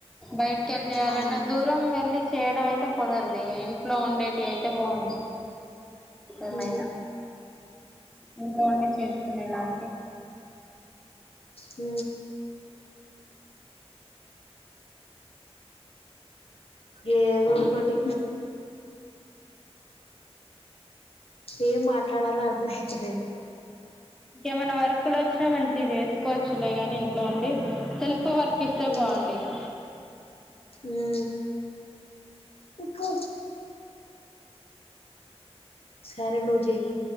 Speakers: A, in the centre; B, on the left.
A: బయట కెల్ చేయాలన్నా
B: అవును
A: దూరం వెళ్లి చేయడం అయితే కుదరది ఆ ఇంట్లో ఉండేటి అయితే బాగుండు ఏమైనా
B: ఉ
A: ఇంట్లో ఉండి చేసుకునేలాంటి
B: ఊ ఏదో ఒకటి ఏం మాట్లాడాలో అర్థ హించలేదు
A: ఇంకేమైనా వర్క్ లు వచ్చినా మంచి చేసుకోవచ్చులే గాని ఇంట్లో ఉండి సెల్ఫ్ వర్క్ ఇస్తే
B: ఊ
A: బాగుండు ఇక
B: ఊ ఇక్కొ సరే నువు జేయ్యి